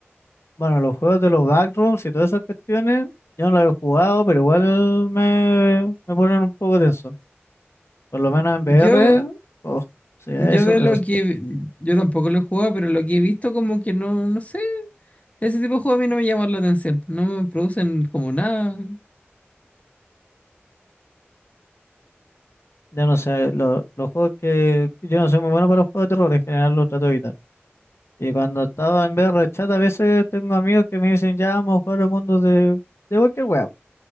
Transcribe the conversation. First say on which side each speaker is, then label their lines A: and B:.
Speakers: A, on the left; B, on the left.
A: Bueno, los juegos de los backrooms y todas esas cuestiones, yo no los he jugado, pero igual me, me ponen un poco tenso. Por lo menos en VR,
B: Yo,
A: oh, sí, eso,
B: yo de
A: eso
B: lo
A: sí.
B: que... Yo tampoco lo he jugado, pero lo que he visto como que no, no sé. Ese tipo de juego a mí no me llama la atención. No me producen como nada.
A: Yo no sé, lo- los juegos que... Yo no soy muy bueno para los juegos de terror, en general los trato de evitar. Y cuando estaba en VR chat, a veces tengo amigos que me dicen, ya vamos a jugar el mundo de, de cualquier web.